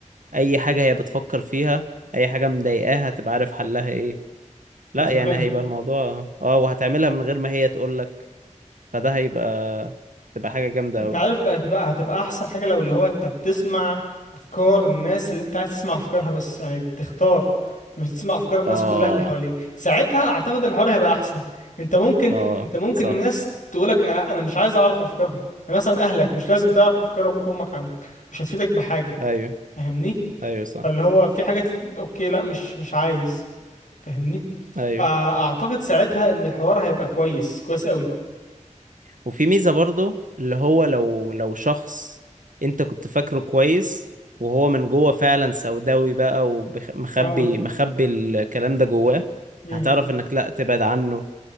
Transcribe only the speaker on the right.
اي حاجة هي بتفكر فيها اي حاجة مضايقاها هتبقى عارف حلها ايه لا
يعني هيبقى الموضوع اه وهتعملها من غير ما هي تقولك فده هيبقى تبقى حاجة جامدة
قوي
اه
اه
صح
ايوه
ايوه صح
ايوه
وفي ميزة برضو اللي هو لو لو شخص انت كنت فاكره كويس وهو من جوه فعلا سوداوي بقى ومخبي
مخبي الكلام ده جواه
هتعرف انك لا تبعد عنه